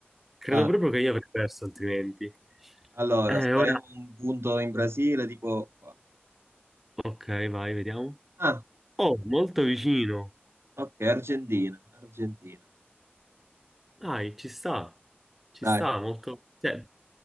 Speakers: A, in the centre; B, on the right (about 85°).
A: Credo
B: Ah,
A: proprio che io avrei perso altrimenti.
B: Allora,
A: Eh,
B: spariamo
A: ora...
B: un punto in Brasile, tipo qua.
A: Ok, vai, vediamo.
B: Ah,
A: Oh, molto vicino.
B: ok, Argentina, Argentina.
A: Dai, ci sta, ci
B: Dai,
A: sta molto. Cioè,